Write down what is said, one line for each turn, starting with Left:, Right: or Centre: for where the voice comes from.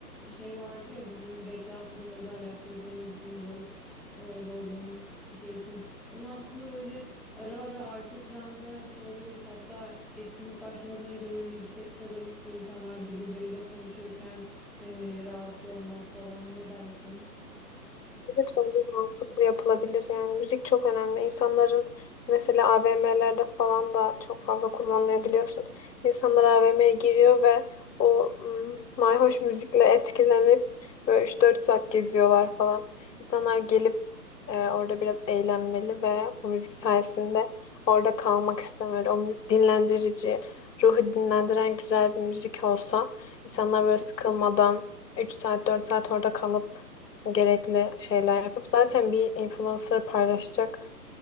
Centre: şey vardı ya bizim reklam filmine özel yaptırdığımız jingle e, Rose'un şey için. Onu aslında böyle ara ara arka planda çalabiliriz. Hatta etkinlik başlamadan önce böyle yüksek çalarız ki insanlar birbirleriyle konuşurken hani rahatsız olmaz falan. Ne dersin?
Left: Evet bence de mantıklı yapılabilir yani. Müzik çok önemli. İnsanların mesela AVM'lerde falan da çok fazla kullanılıyor biliyorsun. İnsanlar AVM'ye giriyor ve o ım, mayhoş müzikle etkilenip böyle üç dört saat geziyorlar falan. İnsanlar gelip e, orada biraz eğlenmeli ve bu müzik sayesinde orada kalmak istemeli. O mü- dinlendirici, ruhu dinlendiren güzel bir müzik olsa insanlar böyle sıkılmadan 3 saat 4 saat orada kalıp gerekli şeyler yapıp zaten bir influencer paylaşacak